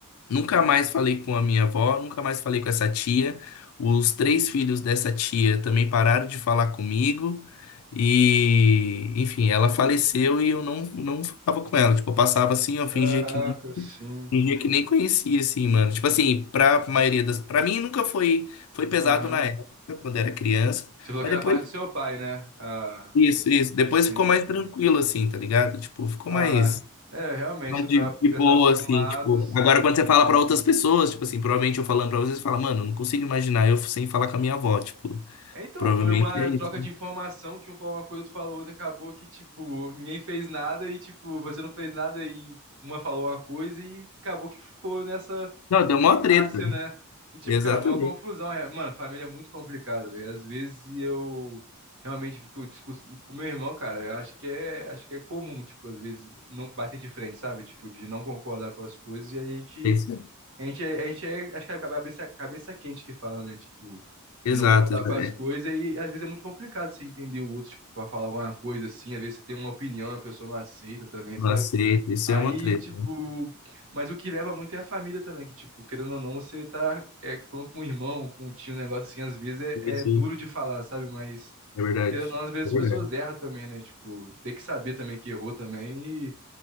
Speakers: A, on the left (about 70°); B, on the right (about 60°).
A: nunca mais falei com a minha avó, nunca mais falei com essa tia. Os três filhos dessa tia também pararam de falar comigo. E, enfim, ela faleceu e eu não, não falava com ela. Tipo, eu passava assim, eu
B: Caraca,
A: fingia que, nem-
B: sim.
A: fingia que nem conhecia, assim, mano. Tipo assim, pra maioria das. Pra mim nunca foi, foi pesado
B: Aham.
A: na época, quando era criança.
B: Você falou
A: Mas
B: que era
A: depois.
B: parte do seu pai, né? Ah,
A: Isso, isso. Depois
B: sim.
A: ficou mais tranquilo, assim, tá ligado? Tipo, ficou
B: Ah,
A: mais,
B: é, realmente,
A: mais
B: se parar
A: de,
B: pra
A: de boa,
B: pensar por
A: assim,
B: um lado,
A: tipo.
B: sim.
A: Agora, quando você fala pra outras pessoas, tipo assim, provavelmente eu falando pra vocês, você fala, mano, eu não consigo imaginar eu sem falar com a minha avó, tipo,
B: É, então,
A: provavelmente
B: foi uma
A: é isso.
B: troca de informação que um falou uma coisa, outro falou outra, acabou que, tipo, ninguém fez nada e, tipo, você não fez nada e uma falou uma coisa e acabou que ficou nessa,
A: Não, deu
B: nesse
A: mó
B: impasse,
A: treta.
B: né? E, tipo,
A: Exatamente.
B: cara, é uma confusão. é. Mano, família é muito complicado, velho. Às vezes eu realmente fico discusso com meu irmão, cara, eu acho que é, acho que é comum, tipo, às vezes não bater de frente, sabe? Tipo, de não concordar com as coisas e a gente
A: É isso. aí.
B: a gente, é- a gente é, acho que é cabeça, cabeça quente que fala, né? Tipo,
A: Exato,
B: de não concordar
A: exa-
B: com as
A: é.
B: coisas e às vezes é muito complicado você entender o outro, tipo, pra falar alguma coisa assim. Às vezes você tem uma opinião e a pessoa não aceita também,
A: Não
B: sabe?
A: aceito. Isso
B: Aí,
A: é uma treta.
B: tipo, mas o que leva muito é a família também, que, tipo, querendo ou não, você tá é, falando com o irmão, com o tio, um negócio assim, às vezes
A: Isso,
B: é, é duro
A: isso.
B: de falar, sabe? Mas,
A: É verdade.
B: querendo ou não, às vezes
A: É
B: as
A: verdade.
B: pessoas erram também, né? Tipo, tem que saber também que errou também e